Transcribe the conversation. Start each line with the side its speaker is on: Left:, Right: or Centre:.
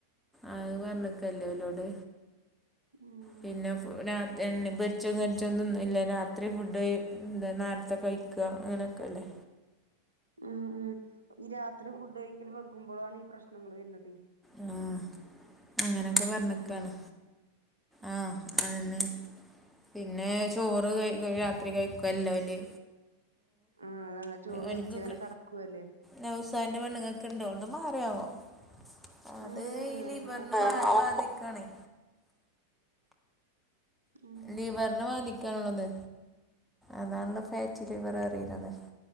Centre: ആഹ പറണക്കല്ലേലോട്
Right: ഏഹ്
Centre: പിന്നെ രാ എണ്ണേ പൊരിച്ചോം കരിച്ചോൊന്നുംന്ന ഇല്ല രാത്രി ഫുഡ് നേരത്തെ കഴ ക്കുക അങ്ങനെയൊക്കെ അല്ലേ
Right: ഉം ഉം ഈ രാത്രി ഫുഡ് കഴിക്കല് വെക്കുമ്പോഴാണ് ഈ പ്രശ്നങ്ങൾ വരുന്നത്
Centre: ആഹ അങ്ങനെയൊക്കെ
Right: ഓരോ അസുഖങ്ങളും
Centre: പറഞ്ഞിക്കാണ്
Right: ഉം
Centre: ആഹ അതന്നെ പിന്നെ ചോറ് ക രാത്രി കഴിക്കല്ലല്
Right: ആഹ അതല്ല ചോറ്
Centre: ഓനിക്കൊക്കെ
Right: വഴിച്ച അങ്ങനെ കടക്കുവല്ലേ
Centre: നൗസാന്റെ പെണ്ണ്ങ്ങൾക്കണ്ട് അവൾടെ മാറിയാവോ അതെലിപറഞ്ഞ
Right: ഏഹ് ഓക്കുണ്ടോ
Centre: <unintelligible>
Right: ഉം
Centre: ലിവറിനെ ബാധിക്കാനുള്ളത് അതാണല്ലോ ഫാറ്റ് ലിവർ അറിയുന്നത്